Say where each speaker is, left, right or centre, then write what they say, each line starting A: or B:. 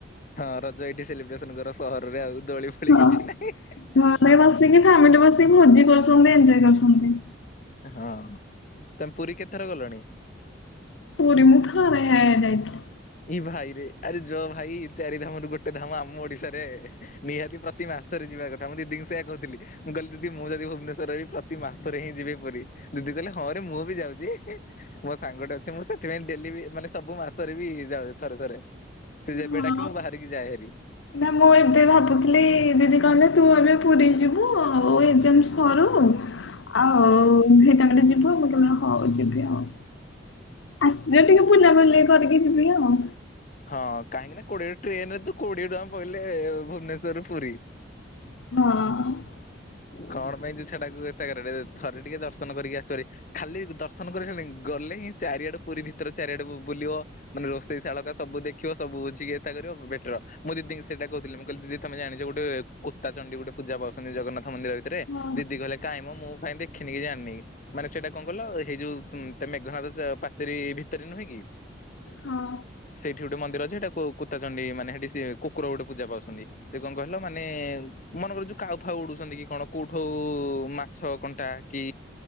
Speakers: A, on the left; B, on the left.
A: ହଁ ରଜ ଏଇଠି ସେଲିବ୍ରେସନ କର ସହରରେ ଆଉ ଦୋଳି ଫୋଳି
B: ହଁ
A: କିଛି ନାହିଁ।
B: ଘରେ ବସିକି ଫ୍ୟାମିଲି ବସିକି ଭୋଜି କରୁଚନ୍ତି ଏନଜୟ କରୁଛନ୍ତି।
A: ହଁ ତମେ ପୁରୀ କେତଥର ଗଲଣି?
B: ପୁରୀ ମୁଁ ଥରେ ହେଁ ଯାଇଥିଲି।
A: ଏ ଭାଇ ରେ ଆରେ ଯୋଉ ଭାଇ ଚାରି ଧାମ ର ଗୋଟେ ଧାମ ଆମ ଓଡିଶାରେ ନିହାତି ପ୍ରତି ମାସରେ ଯିବା କଥା ମୁଁ ଦିଦିଙ୍କୁ ସେୟା କଥିଲି। ମୁଁ କହିଲି ଦିଦି ମୁଁ ଯଦି ଭୁନେଶ୍ବରରେ ରହିଁବି ପ୍ରତି ମାସରେ ହିଁ ଯିବି ପୁରୀ ଦିଦି କହିଲେ ହଁ ରେ ମୁଁ ବି ଯାଉଛି। ମୋ ସାଙ୍ଗଟେ ଅଛି ମୁଁ ସେଥିପାଇଁ ଡେଲି ବି ମାନେ ସବୁ ମାସରେ ବି ଯାଉଛି ଥରେ ଥରେ। ସେ ଯେବେ
B: ହଁ।
A: ଡାକିବ ମୁଁ ବାହାରିକି ଯାଏ ହାରି।
B: ନା ମୁଁ ଏବେ ଭାବୁଥିଲି ଦିଦି କହିଲେ ତୁ ଏବେ ପୁରୀ ଯିବୁ ଆଉ ଏଜାମ ସରୁ ଆଉ
A: ହଁ।
B: ହେଟାମିରେ ଯିବୁ ମୁଁ କହିଲି ହଉ ଯିବି ଆଉ। ଆସିଲେ ଟିକେ ପୁଲା ବୁଲି କରିକି ଯିବି ଆଉ।
A: ହଁ କାହିଁକି ନା କୋଡିଏ ଟ୍ରେନରେ ତ କୋଡିଏ ଟଙ୍କା ପହିଲେ ଭୁନେଶ୍ବରରୁ ପୁରୀ।
B: ହଁ।
A: କଣ ପାଇଁ ଯୋଉ ଛଟାକୁ ଏତ ଥରେ ଟିକେ ଦର୍ଶନ କରିକି ଆସିିବା ହାରି। ଖାଲି ଦର୍ଶନ କରିାସରିଲିଣି ଗଲେ ହିଁ ଚାରିଆଡେ ପୁରୀ ଭିତରେ ଚାରିଆଡେ ବୁଲିବ ମାନେ ରୋଷେଇ ଶାଳ ସବୁ ଦେଖିବ ସବୁଝିକିଏତା କରିବ ବେଟର ମୁଁ ଦିଦି ସେଟା କହୁଥିଲି ମୁଁ କହିଲି ଦିଦି ତମେ ଜାଣିଚ ଗୋଟେ କୋତା ଚଣ୍ଡୀ ଗୋଟେ ପୂଜା ପାଉଛନ୍ତି ଜଗନ୍ନାଥ ମନ୍ଦିର ଭିତରେ
B: ହଁ
A: ଦିଦି କିହୀଲେ କାଇହିଁମ ମୁଁ କାହିଁ ଦେଖିନି ଜାଣିନି। ମାନେ ସେଇଟା କଣ କଲ ଏଇ ଯୋଉ ମେଘନାଥ ପାଚେରୀ ଭିତରେ ନୁହେଁ କି?
B: ହଁ।
A: ସେଠି ଗୋଟେ ମନ୍ଦିର ଅଛି ସେଇଟାକୁ କୁତାଚଣ୍ଡୀ ମାନେ ସେଠି ସେ କୁକୁର ଗୋଟେ ପୂଜା ପାଉଛନ୍ତି। ସେ କଣ କହିଲ ମାନେ ମନେକର ଯୋଉ କାଉ ଫାଉ ଉଡୁଚନ୍ତି କି କଣ କୋଉଠଉ ଛଅ କଣ୍ଟା କି